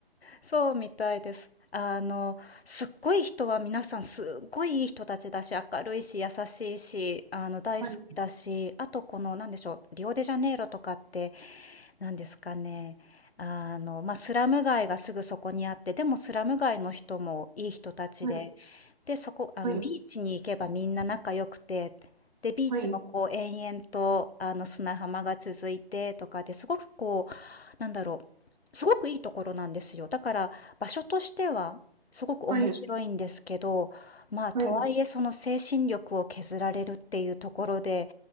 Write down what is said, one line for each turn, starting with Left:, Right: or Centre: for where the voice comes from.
Left: そうみたいです。あの、すっごい人は皆さんすっごいいい人たちだし、明るいし、優しいし、あの、大好きだし、
Right: はい、
Left: あとこの、なんでしょう、リオデジャネイロとかってなんですかね、あの、ま、あスラム街がすぐそこにあって、でもスラム街の人もいい人たちで、
Right: はい、
Left: で、そこあの、
Right: はい、
Left: ビーチに行けばみんな仲良くて、で、ビーチもこう延々と、
Right: は
Left: あの、砂浜が続いてとかで、すごくこう、なんだろう、すごくいいところなんですよ。だから、場所としてはすごく面白いんですけど、
Right: い、
Left: まあ、とはいえその精神力を削られるっていうところで、
Right: はい、